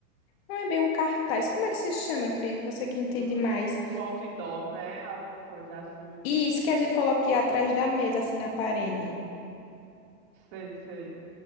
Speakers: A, on the left; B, on the right.
A: Não é bem um cartaz. Como é que se chama, Cris? Você que entende
B: Um,
A: mais.
B: um outdoor, né? Alguma coisa assim.
A: Isso que a gente coloque atrás da mesa, assim na parede.
B: Sei, sei.